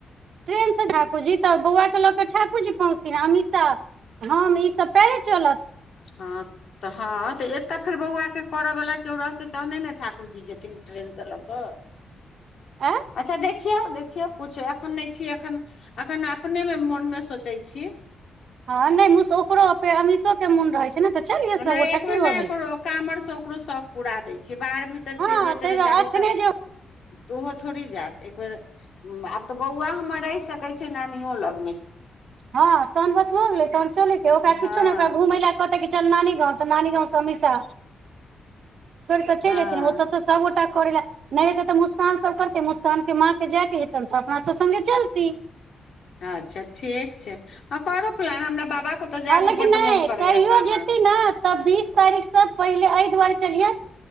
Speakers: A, on the right; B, on the left.
A: ट्रेन से ठाकुर जी तऽ बौआ के लऽ कऽ ठाकुर जी पहुँचथिन अमीषा हम ई सब पहिले चलत
B: ह तऽ हँ तऽ एतय फेर बौआके करय वला केओ रहतै तहने ने ठाकुर जी जेथिन ट्रेनसँ लऽ कऽ
A: आँ
B: अच्छा दे देखियौ देखियौ पूछो एखन नहि छी एखन अखन अपने मे मोन मे सोचै छीये
A: हँ नहि ओकरो अमीषो के मोन रहै छै ने तऽ चलियै
B: नहि
A: सबगोटा
B: एक
A: की
B: बेर
A: भऽ
B: नहि
A: गेलै
B: करू काँमरसँ ओकरो शौख पूरा दै छै बाहर भीतर
A: हँ
B: चलि जेतै
A: तै
B: बेचारी
A: एखने
B: तऽ
A: जे
B: तऽ ओहो थोड़ी जात एक बेेर आब तऽ बौआ हमर रहि सके छ नानियो लग '
A: हँ तहन बस हो गेलै तहन चले के ओकरा
B: हँ
A: किछो ने ओकरा घुमे लय चल नानी गाँव तऽ नीगाँंव स अमिशा छोर तऽ छ
B: हँ
A: जाइ ओतय तऽ सबटा करा नहि एतै तऽ मुस्कान सब करतै मुस्कानके माँ के जायके हेतनि तऽ अपना सभ सगे चलतीै
B: अच्छा ठीक छै हँ करू प्लान हमरा बाेतऽ जायाक
A: हँ लेकिन
B: बड्ड
A: नहि
B: मोन करैया
A: कहियो
B: कामर
A: जेती
B: मे
A: ने तऽ बीस तारीख से पहिले एहि दुआरे चलियै